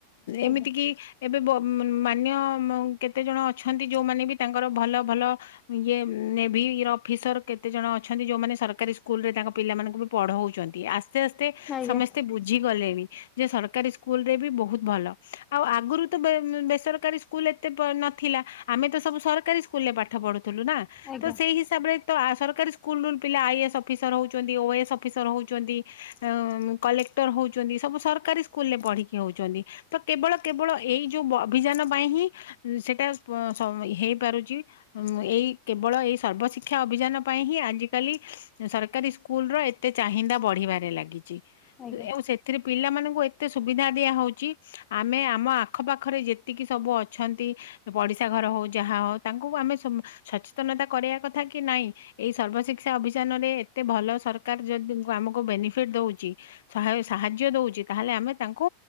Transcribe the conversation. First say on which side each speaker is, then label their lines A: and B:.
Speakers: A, on the left; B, on the left.
A: ଆଜ୍ଞା
B: ଏମିତି କି ଏବେ ମାନ୍ୟ କେତେ ଜଣ ଅଛନ୍ତି, ଯୋଉମାନେ ବି ତାଙ୍କର ଭଲ ଭଲ ଇଏ, ନେଭି ର ଅଫିସର କେତେ ଜଣ ଅଛନ୍ତି, ଯୋଉମାନେ ସରକାରୀ ସ୍କୁଲ ରେ ତାଙ୍କ ପିଲାମାନଙ୍କୁ ବି ପଢଉଚନ୍ତି, ଆସ୍ତେ ଆସ୍ତେ
A: ଆଜ୍ଞା ଆଜ୍ଞା
B: ସମସ୍ତେ ବୁଝିଗଲେଣି। ଯେ ସରକାରୀ ସ୍କୁଲ ରେ ବି ବହୁତ ଭଲ, ଆଉ ଆଗରୁ ତ ବେସରକାରୀ ସ୍କୁ ସ୍କୁଲ ଏତେ ନଥିଲା, ଆମେ ତ ସବୁ ସରକାରୀ ସ୍କୁଲ୍ ରେ ପାଠ ପଢୁଥିଲୁ ନା,
A: ଆଜ୍ଞା
B: ତ ସେଇ ହିସାବରେ ତ ସରକାରୀ ସ୍କୁଲ ପିଲା ଆଇସ୍ ଅଫିସର ହଉ ଚନ୍ତି, ଓଏସ୍ ଅଫିସର ହେଉଚନ୍ତି। କଲେକ୍ଟର ହଉଚନ୍ତି, ସବୁ ସରକାରୀ ସ୍କୁଲରେ ପଢ଼ିକି ହଉଚନ୍ତି। ତ କେବଳ କେବଳ, ଏଇ ଯୋଉ ଅଭିଯାନ ପାଇଁ ହିଁ ସେଟା ହେଇପାରୁଚି। ଉ, ଏଇ କେବଳ ଏଇ ସର୍ବଶିକ୍ଷା ଅଭିଯାନ ପାଇଁ ହିଁ, ଆଜିକାଲି ସରକାରୀ ସ୍କୁଲ ର, ଏତେ ଚାହିନ୍ଦା ବଢିବାରେ ଲାଗିଛି।
A: ଆଜ୍ଞା
B: ଆଉ ସେ ଏଥିରେ ପିଲାମାନଙ୍କୁ ଏତେ ସୁବିଧା ଦିଆହଉଚି ଆମେ ଆମ ଆଖପାଖରେ ଯେତିକି ସବୁ ଅଛନ୍ତି ପଡିଶା ଘର ହଉ, ଯାହା ହଉ, ତାଙ୍କୁ ଆମେ ସ ସଚେତନତା କରିବା କଥା କି ନାଇଁ, ଏଇ ସର୍ବଶିକ୍ଷା ଅଭିଯାନ ରେ ଏତେ ଭଲ ସରକାର ଯଦି ଆମକୁ ବେନିଫିଟ ଦଉଚି, ସାହାଯ୍ୟ ଦଉଚି, ତାହେଲେ ଆମେ ତାଙ୍କୁ